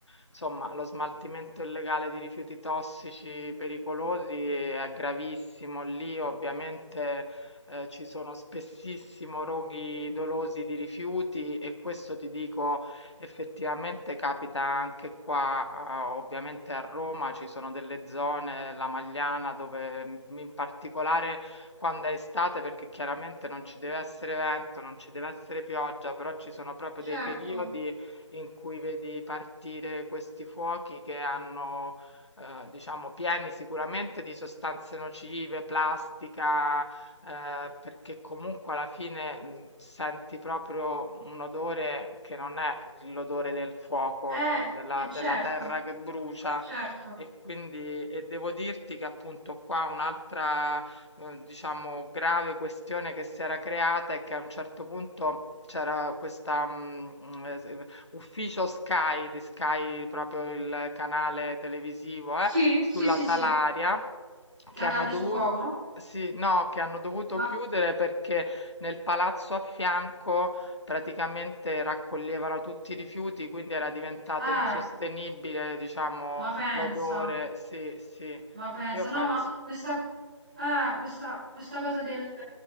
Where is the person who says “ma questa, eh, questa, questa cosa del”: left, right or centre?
Centre